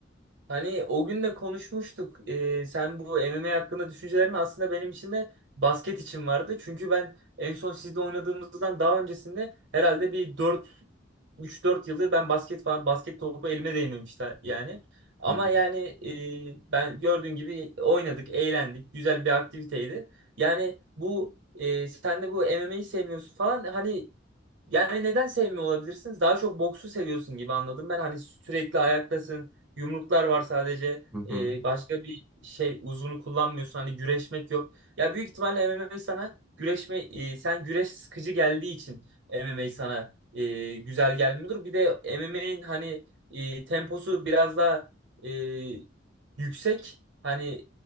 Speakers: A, on the right; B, in the centre.
A: Hani o gün de konuşmuştuk. Ee, sen bu MMA hakkında düşüncelerin aslında benim için de basket için vardı. Çünkü ben en son sizde oynadığımızdan daha öncesinde herhalde bir dört üç dört yıldır ben basket falan basket topu elime değmemişti yani. Ama
B: Hı hı.
A: yani e, ben gördüğün gibi oynadık, eğlendik. Güzel bir aktiviteydi. Yani bu e, sen de bu MMA'yi sevmiyorsun falan hani yani neden sevmiyor olabilirsiniz? Daha çok boksu seviyorsun gibi anladım ben. Hani sürekli ayaktasın. Yumruklar var sadece.
B: Hı hı.
A: Ee, başka bir şey uzunu kullanmıyorsun. Hani güreşmek yok. Ya büyük ihtimalle MMA sana güreşme e, sen güreş sıkıcı geldiği için MMA sana e, güzel gelmiyordur. Bir de MMA'nin hani e, temposu biraz daha e, yüksek. Hani